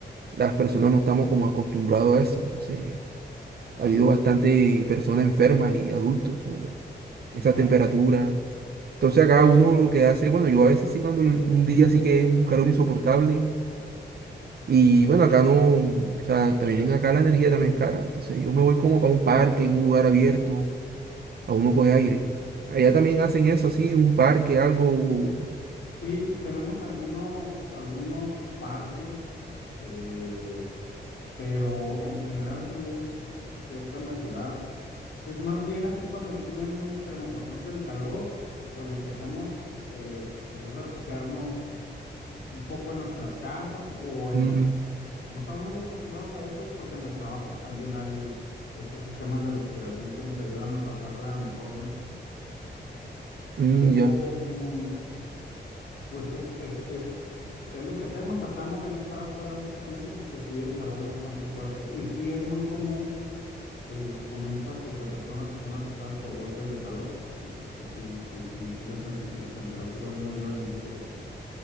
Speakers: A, on the right; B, on the left.
A: las personas no estamos como acostumbrados a eso. Entonces
B: Ah,
A: ha habido
B: pues
A: bastante personas enfermas y adultos sobre
B: sí,
A: esa
B: ya
A: temperatura. Entonces acá uno lo que hace, bueno, yo a veces sí cuando l- un día sí que es un calor insoportable. Y bueno, acá no, o sea, también acá la energía también es cara. Entonces yo me voy como para un parque, un lugar abierto, a uno coge aire. Allá también hacen eso, así, un parque, algo. o-
B: Sí, tenemos algunos, algunos parques, eh, pero en general sí es seca la ciudad. Entonces, más bien así cuando el clima es muy extremo, por ejemplo, en calor, eh, pues lo que hacemos eh, es refugiarnos un poco en nuestras casas o en
A: Mm,
B: nuestro, como estamos muy acostumbrados a eso, pues en los trabajos también hay esos sistemas de refrigeración que nos ayudan a pasarla mejor, ¿no?
A: mm,
B: Pero
A: ya.
B: um, Pues es, es, es, es lo que hacemos, tratamos de no estar afuera mucho tiempo porque sí, el calor es bastante fuerte y sí es muy común eh, lo que comentas sobre personas que son afectadas por golpes de calor, sí, porque sí, sí, sí, sí, las, tem- las temperaturas no ayudan mucho con,